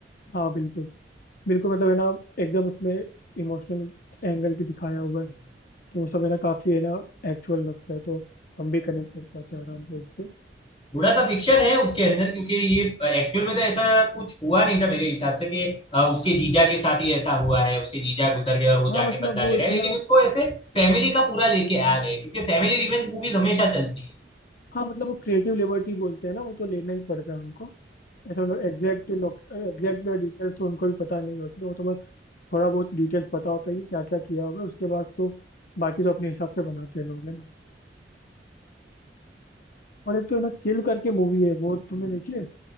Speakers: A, on the left; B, on the left.
A: हाँ बिल्कुल बिल्कुल मतलब है ना एकदम उसमें इमोशनल एंगल भी दिखाया हुआ है
B: हैं
A: तो वो सब है ना काफी है ना एक्चुअल लगता है तो हम भी कनेक्ट कर पाते हैं आराम से उससे
B: थोड़ा सा फिक्शन है उसके अंदर क्योंकि ये एक्चुअल में तो ऐसा कुछ हुआ नहीं था मेरे हिसाब से कि अ, उसके जीजा के साथ ही ऐसा हुआ है उसके जीजा गुजर गए और वो
A: हाँ
B: जाके
A: मतलब
B: बदला
A: वो
B: ले रहे
A: इतना
B: हैं लेकिन उसको ऐसे फैमिली का पूरा लेके आ गए क्योंकि फैमिली रिवेंज मूवीज हमेशा चलती है
A: हाँ मतलब वो क्रिएटिव लिबर्टी बोलते हैं ना वो तो लेना ही पड़ता है उनको ऐसा मतलब एग्जैक्ट एग्जैक्ट डिटेल्स तो उनको भी पता नहीं होती वो तो बस थोड़ा बहुत डिटेल्स पता होता है कि क्या क्या किया होगा उसके बाद तो बाकी तो अपने हिसाब से बनाते हैं लोग है ना और एक तो है ना किल करके मूवी है वो तुमने देखी है